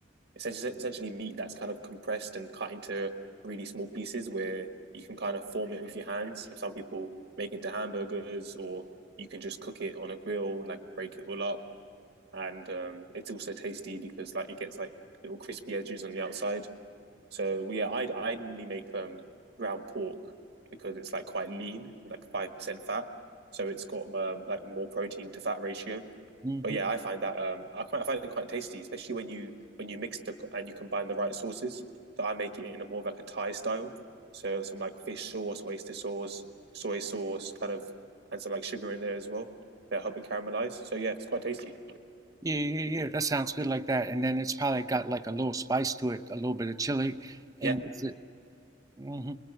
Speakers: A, on the right (about 65°); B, on the right (about 15°).
A: essentially essentially meat that's kind of compressed and cut into really small pieces where you can kind of form it with your hands. Some people make it into hamburgers, or you can just cook it on a grill, like break it all up, and um, it's also tasty because like it gets like little crispy edges on the outside. So yeah, I I normally make um ground pork because it's like quite lean, like five percent fat, so it's got um, like more protein to fat ratio.
B: Mm-hmm.
A: But yeah, I find that um, I quite I find it quite tasty, especially when you when you mix the and you combine the right sauces. So I make it in a more of like a Thai style, so some like fish sauce, oyster sauce, soy sauce, kind of, and some like sugar in there as well to help it caramelize. So yeah, it's quite tasty.
B: Yeah, yeah, yeah. That sounds good like that. And then it's probably got like a little spice to it, a little bit of chili,
A: Yeah,
B: and with it. hmm